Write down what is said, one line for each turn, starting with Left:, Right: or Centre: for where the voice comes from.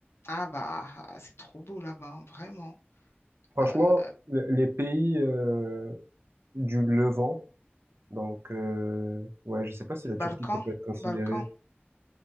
Left: Ah bah, ah, c'est trop beau là-bas, hein, vraiment.
Right: Franchement,
Left: Euh,
Right: le- les pays euh, du Levant. Donc, euh, ouais, je sais pas si la Turquie,
Left: Balkan,
Right: ça peut être considéré.
Left: Balkan,